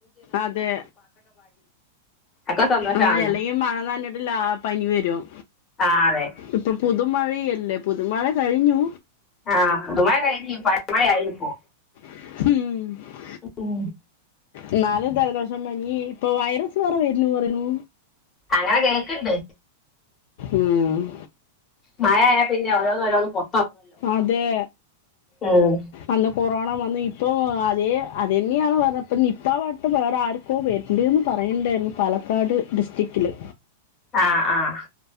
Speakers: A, on the left; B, on the left.
A: അതെ.
B: ഒക്കെ സന്തോഷമാണല്ലോ
A: ആഹ് അല്ലെങ്കി മഴ നനഞ്ഞിട്ട് ലാ പനി വരും
B: ആ അതെ
A: ഇപ്പൊ പുതുമഴയ ല്ലെ പുതമഴ കഴിഞ്ഞു.
B: ആഹ് പുതുമഴ കഴിഞ്ഞു പഴ മഴയായി ഇപ്പൊ.
A: ഹിം
B: ഉം
A: എന്നാലും ജലദോഷം ഭംഗി ഇപ്പൊ വൈറസ് ഫീവറും വരണൂ പറയണു.
B: അങ്ങനെ കേ‌ക്കിണ്ട്
A: ഉം
B: മായ ആയ പിന്ന ഓരോന്ന് ഓരോന്നും പോ
A: അതെ
B: ഉം.
A: അന്ന് കൊറോണ വന്ന് ഇപ്പോ അതേ അത് തന്നെയാണ് പറഞ്ഞത് ഇപ്പം നിപ്പ പാട്ട് വേറെ ആർക്കോ വരണ്ട് എന്ന് പറയിട്ടുണ്ടായിരുന്നു പാലക്കാട് ഡിസ്ട്രിറ്റില്.
B: ആഹ് ആഹ്